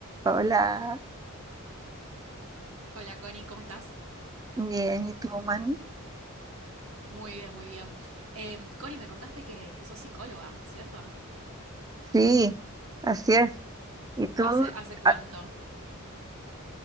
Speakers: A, on the right (about 15°); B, on the right (about 70°).
A: Hola,
B: Hola Connie, ¿cómo estás?
A: bien, ¿y tú, Manny?
B: Muy bien, muy bien. Em, Connie, me contaste que, que sos psicóloga, ¿cierto?
A: Sí, así es. Y tú,
B: ¿Hace, hace cuánto?
A: ah,